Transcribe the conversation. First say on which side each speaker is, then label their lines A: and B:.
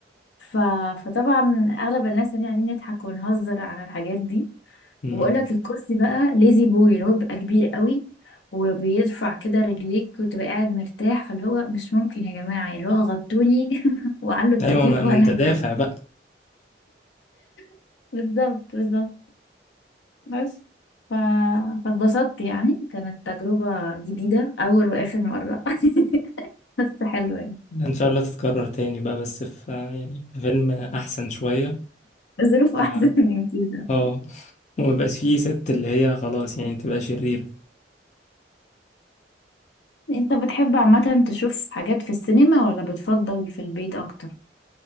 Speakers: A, on the left (about 80°); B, on the left (about 40°).
A: ف... فطبعا أغلب الناس يعني قاعدين نضحك ونهزر على الحاجات دي
B: أمم.
A: وبقول لك الكرسي بقى ليزي بوي اللي هو بيبقى كبير قوي وبيرفع كده رجليك وتبقى قاعد مرتاح فاللي هو مش ممكن يا جماعة يعني اللي هو غطوني <laughs> وعلوا التكييف
B: ايوه ما ما
A: وانا
B: انت دافع بقى
A: <laughs> بالظبط بالظبط بس ف... فاتبسطت يعني كانت تجربة جديدة أول وآخر مرة <laughs> بس حلوة يعني
B: ان شاء الله تتكرر تاني بقى بس في يعني في فيلم احسن شوية
A: الظروف أحسن
B: ما-
A: <laughs> من كده
B: اه وما يبقاش فيه ست اللي هي خلاص يعني تبقى شريرة
A: أنت بتحب عامة تشوف حاجات في السينما ولا بتفضل في البيت أكتر؟